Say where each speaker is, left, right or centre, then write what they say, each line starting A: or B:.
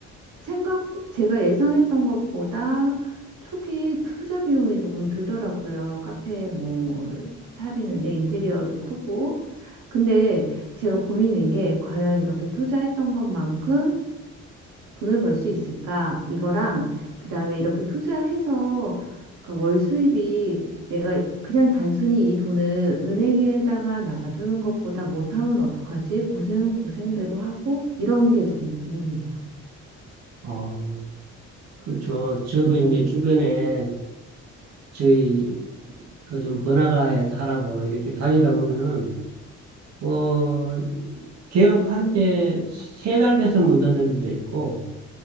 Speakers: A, on the right (about 80°); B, on the right (about 60°).
A: 생각, 제가 예상했던 것보다 초기 투자 비용이 조금 들더라고요. 카페 뭐 차리는데 인테리어도 크고. 근데 제가 고민인 게 과연 이렇게 투자했던 것만큼 돈을 벌 수 있을까? 이거랑 그다음에 이렇게 투자해서 그월 수입이 내가 그냥 단순히 이 돈을 은행에다가 놔두는 것보다 못하면 어떡하지? 고생은 고생대로 하고 이런 게 조금 고민이에요.
B: 어, 그렇죠. 저도 이제 주변에 저희, 그 좀 번화가에 살아서 이렇게 다니다 보면은, 뭐, 개업한 지 세 달 돼서 문 닫는 데도 있고,